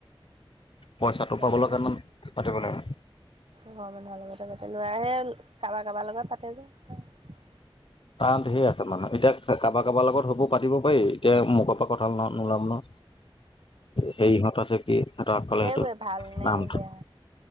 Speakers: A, on the left; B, on the right.
A: পইচাটো
B: সেটোয়ে
A: পাবলৈ কাৰণে পাতিব
B: ঘৰৰ
A: লাগে
B: মানহৰ লগত লৈ আহে। কাৰোবাৰ কাৰোবাৰ লগত পাতে যে।
A: তাহ ঢেৰ আছে মানুহ এতিয়া কাৰোবাৰ - কাৰোবাৰ লগত হব পাতিব পাৰি এতিয়া মোকৰ পৰা কথা নোলাম ন সেৰিহঁত আছে। কি সিহঁত আকলে
B: সেইবোৰে
A: সেইটো
B: ভাল নে
A: নাম
B: বেয়া